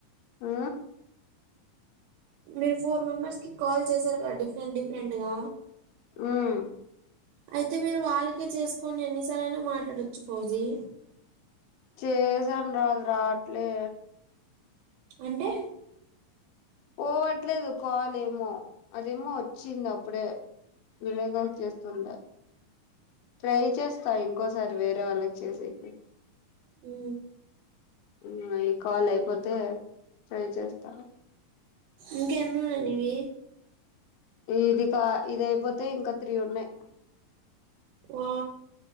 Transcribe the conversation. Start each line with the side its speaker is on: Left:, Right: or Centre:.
Left: ఉ
Right: మీరు ఫోర్ మెంబర్స్ కి కాల్ చేసారుగా, డి డిఫరెంట్ డిఫరెంట్ గా
Left: ఉమ్
Right: అయితే, మీరు వాళ్ళక చేస్ కొన్ని ఎన్ని సార్లైనా మాట్లాడచ్చు ఫౌజీ.
Left: చేసాన్ రా అది రాట్లే.
Right: అంటే?
Left: పోవట్లేదు కాల్ ఏమో, అదేమో వచ్చింది అప్పుడే. వీడియో కాల్ చేస్తుంటె. ట్రై చేస్తా, ఇంకోసారి వేరే వాళ్ళకి చేసేకి.
Right: మ్
Left: మ్ ఈ కాల్ అయిపోతే, ట్రై చేస్తా.
Right: ఇంకా ఎన్నున్నాయి నీవి?
Left: ఇది కా, ఇది అయిపోతే, ఇంక త్రీ ఉన్నాయి.
Right: వా